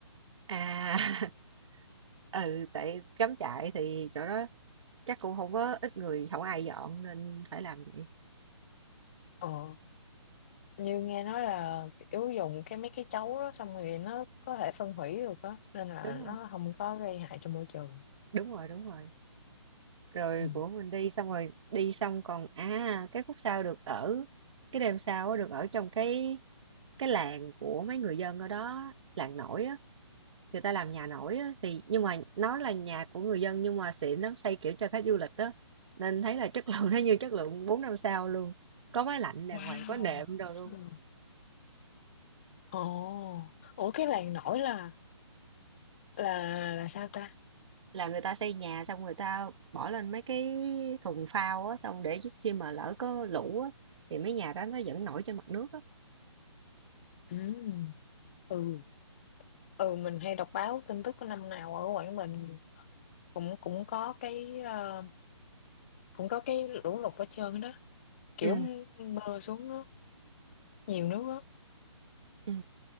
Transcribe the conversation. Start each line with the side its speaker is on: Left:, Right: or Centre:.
Right: à <laughs> ừ tại cắm trại thì chỗ đó chắc cũng không có ít người không ai dọn nên phải làm vậy
Left: ờ như nghe nói là kiểu dùng cái mấy cái chấu đó xong rồi nó có thể phân hủy được đó nên là
Right: đúng rồi
Left: nó không có gây hại cho môi trường
Right: đúng rồi đúng rồi rồi
Left: ừ.
Right: bữa mình đi xong rồi đi xong còn à cái khúc sau được ở cái đêm sau á, được ở trong cái cái làng của mấy người dân ở đó làng nổi á người ta làm nhà nổi á, thì nhưng mà nó là nhà của người dân nhưng mà xịn lắm xây kiểu cho khách du lịch đó nên thấy là chất <laughs> lượng nó như chất lượng 4 năm sao luôn có máy lạnh đàng
Left: Wow.
Right: hoàng có nệm đồ luôn
Left: Ừ. Ồ, ủa cái làng nổi là là là sao ta?
Right: là người ta xây nhà xong người ta bỏ lên mấy cái thùng phao á xong để khi mà lỡ có lũ á thì mấy nhà đó nó vẫn nổi trên mặt nước á
Left: Ừ. Ừ, ừ mình hay đọc báo tin tức của năm nào ở Quảng Bình cũng cũng có cái ờ, cũng có cái lũ lụt ở trơn đó, kiểu
Right: ừ
Left: mưa xuống nó nhiều nước á.
Right: ừ